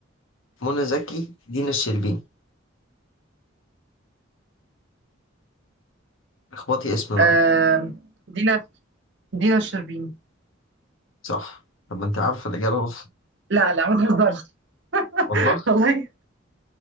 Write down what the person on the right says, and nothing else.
آم، دينا دينا الشربيني
لا لا ما تهزرش
<laughs> والله